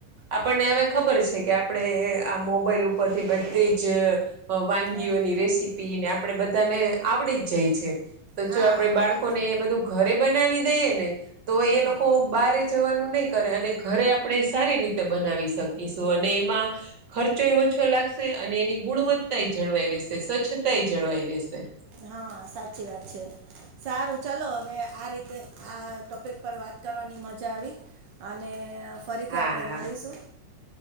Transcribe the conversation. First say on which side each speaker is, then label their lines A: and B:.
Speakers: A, on the right; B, on the right.
A: આપણને હવે ખબર છે કે, આપણે આ મોબાઈલ ઉપરથી બધી જ વાનગીઓની
B: હમ
A: રેસીપીને આપણે બધાને આવડી જ જાય છે. તો
B: હા
A: જો આપડે બાળકોને
B: આરામથી
A: એ બધું ઘરે બનાવી દઈએ ને, તો
B: હમ
A: એ લોકો બારે જવાનું નહી કરે, અને ઘરે આપણે સારી રીતે બનાવી શકીશું અને એમાં. ખર્ચોય ઓછો લાગશે, અને એની ગુણવત્તા જળવાઈ રહેશે, સ્વચ્છતાય જળવાઈ રહેશે.
B: હા, સાચી વાત છે. સારું ચાલો, હવે આ રીતે આ ટોપિક પર વાત કરવાની મજા આવી. અને ફરીથી
A: હા
B: આપણે
A: હા
B: મળીશું.